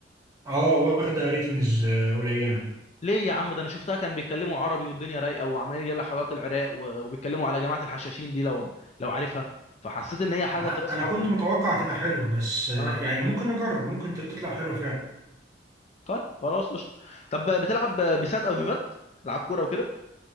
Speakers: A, on the right; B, on the left.
A: اه واخدة ريتنجز قليلة
B: ليه يا عم ده انا شفتها كان بيتكلموا عربي والدنيا رايقه وعمالين يجي حضارات العراق و- وبيتكلموا على جماعه الحشاشين دي لو لو عارفها فحسيت ان هي حاجه
A: مع-
B: تراث
A: أنا
B: عربي
A: كنت متوقع تبقى حلوة بس آه،
B: اه
A: يعني ممكن نجرب ممكن تطلع حلوة فعلا
B: طيب خلاص قشطه طب بتلعب بيسات او فيفات العاب كوره وكده